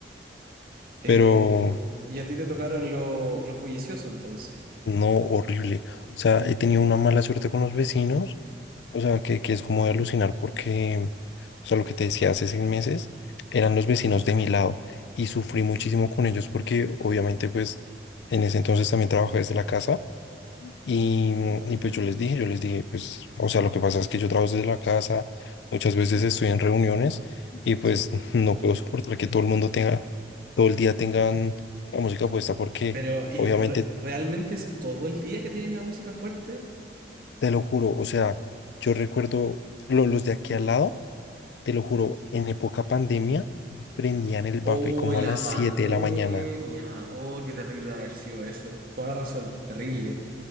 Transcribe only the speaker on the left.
Pero
no, horrible. O sea, he tenido una mala suerte con los vecinos O sea, que, que es como de alucinar porque, o sea, lo que te decía hace seis meses, eran los vecinos de mi lado y sufrí muchísimo con ellos porque obviamente pues en ese entonces también trabajaba desde la casa y, y pues yo les dije, yo les dije, pues, o sea, lo que pasa es que yo trabajo desde la casa, muchas veces estoy en reuniones y pues
<laughs> no puedo soportar que todo el mundo tenga, todo el día tengan la música puesta porque
obviamente,
te lo juro, o sea, yo recuerdo lo- los de aquí al lado. Te lo juro, en época pandemia prendían el
buffet como
a las
7 de la mañana.